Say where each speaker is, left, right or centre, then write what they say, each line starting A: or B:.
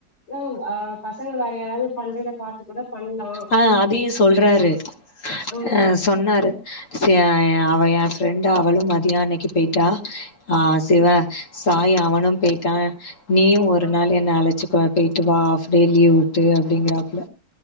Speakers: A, on the left (about 90°); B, on the left (about 50°).
A: ஓ அ பசங்க வேற யாராவ்து பண்றத பாத்து கூட பண்லா
B: ஆ அதையு சொல்றாரு
A: ஆ
B: அ சொன்னாரு சே எ அவ எ ஃப்ரெண்டு அவளு மதியோ அன்னைக்கு போய்ட்டா ஆ சிவ சாயி அவனு போய்ட்டா நீயு ஒரு
A: ஆ
B: நாளு என்ன அழச்சுக்க போய்ட்டு வா ஹாஃப் டே லீவ் வுட்டு அப்டிங்கறாப்ல